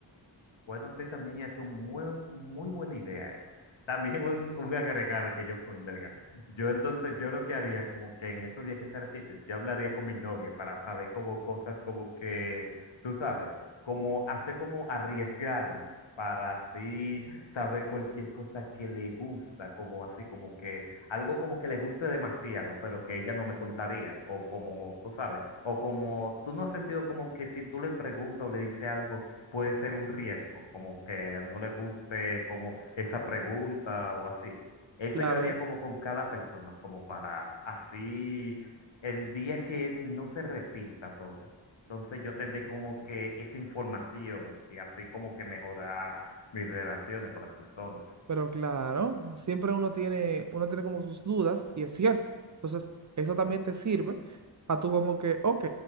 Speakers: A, on the left (about 80°); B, on the right (about 40°).
A: Bueno, sí, también es un muy, muy buena idea eso. También un, un agregado que yo pondría. Yo entonces, yo lo que haría, como que en esos días que se repite, yo hablaría con mi novia para saber como cosas como que, tú sabes, como hacer como arriesgarme para así saber cualquier cosa que le gusta, como así, como que algo como que le guste demasiado, pero que ella no me contaría, o como, tú sabes, o como tú no has sentido como que si tú le preguntas o le dices algo puede ser un riesgo, como que no le guste como esa pregunta o así. Eso
B: Claro,
A: yo haría como con cada persona, como para así el día que no se repita todo. Entonces yo tendré como que esa información y así como que mejorar mis relaciones con las personas.
B: pero claro, siempre uno tiene, uno tiene como sus dudas y es cierto. Entonces, eso también te sirve para tú como que, ok,